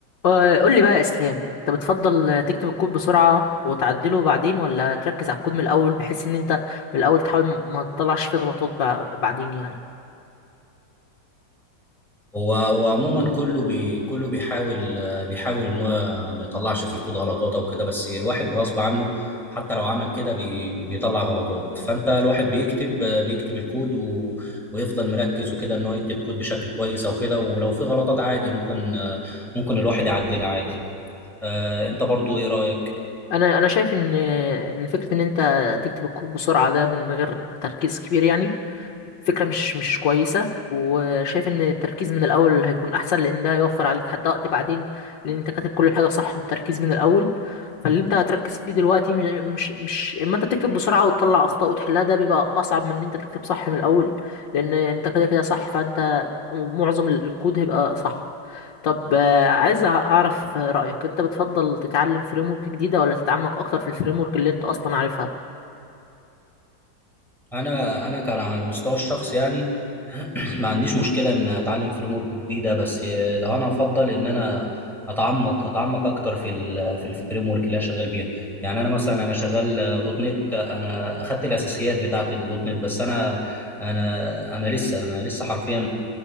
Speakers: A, on the left; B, in the centre.
A: آه، قول لي بقى يا اسلام انت بتفضل تكتب الكود بسرعه وتعدله بعدين ولا تركز على الكود من الاول بحيث ان انت من الاول تحاول م- ما تطلعش فيه غلطات بع- بعدين يعني
B: هو هو عموما كله بي كله بيحاول آه، بيحاول ان هو ما يطلعش في الكود غلطات او كده بس الواحد بغصب عنه حتى لو عمل كده بي بيطلع غلطات فانت الواحد بيكتب آه، بيكتب الكود و ويفضل مركز وكده ان هو يكتب كود بشكل كويس او كده ولو في غلطات عادي ممكن آه، ممكن الواحد يعدلها عادي آه، انت برضو ايه رأيك
A: انا انا شايف ان ان فكره ان انت تكتب الكود بسرعه ده من غير تركيز كبير يعني فكرة مش مش كويسة وشايف ان التركيز من الاول هيكون احسن لان ده هيوفر عليك حتى وقت بعدين لان انت كاتب كل حاجة صح بالتركيز من الاول فاللي انت هتركز فيه دلوقتي مش مش مش اما انت بتكتب بسرعة وتطلع اخطاء وتحلها ده بيبقى اصعب من ان انت تكتب صح من الاول لان انت كده كده صح فانت معظم الكود هيبقى صح طب آه، عايز اعرف رأيك انت بتفضل تتعلم فريم ورك جديدة ولا تتعمق اكتر في الفريم ورك اللي انت اصلا عارفها
B: انا انا كان على المستوى الشخصي يعني <clears throat> ما عنديش مشكله ان اتعلم فريم ورك جديده بس لو انا افضل ان انا اتعمق اتعمق اكتر في ال في الفريم ورك اللي انا شغال بيها يعني انا مثلا انا شغال دوت نت انا اخدت الاساسيات بتاعه الدوت نت بس انا انا انا لسه انا لسه حرفيا